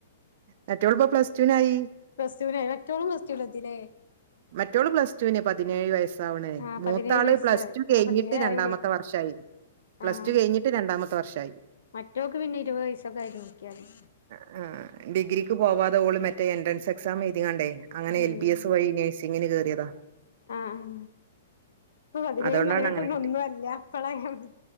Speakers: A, on the right; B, on the left.
A: മറ്റോൾ ഇപ്പം പ്ലസ് ടുനായി
B: പ്ലസ് ടുനായി മറ്റോളും പ്ലസ് ടുൽ എത്തിലെ
A: മറ്റോള് പ്ലസ് ടുന് പതിനേഴ് വയസ്സാവ്ണ്
B: ആഹ്
A: മൂത്താൾ
B: പതിനേഴ് വയസ്സ്
A: പ്ലസ് ടു കെഴിഞ്ഞിട്ട്
B: ആഹ് പതിനേഴായില്ലേ
A: രണ്ടാമത്തെ വർഷായി പ്ലസ്
B: ആഹ്
A: ടു കെഴ്ഞ്ഞിട്ട് രണ്ടാമത്തെ വർഷായി
B: മറ്റോക്ക് പിന്നെ ഇര്‌വെയ് വെയ്സ്റ്റൊക്കെ ആയിട്ട് നോക്കിയാ മതി
A: അഹ് ആഹ് ഡിഗ്രിക്ക് പോവാതെ ഓൾ മറ്റേ എൻട്രൻസ് എക്സാം എഴുതി കാണ്ടെയ് അങ്ങനെ
B: ഉം
A: എൽ ബി എസ് വഴി നെസ് സിംഗിന് കേറിയെതാ
B: ആഹ് ആഹ് ഇപ്പൊ പതിനേഴും
A: അതുകൊണ്ടാണ്
B: പതിനെട്ടൊന്നും
A: അങ്ങനെ കിട്ടി
B: ഒന്നും അല്ല ഇപ്പളങ്ങൾത്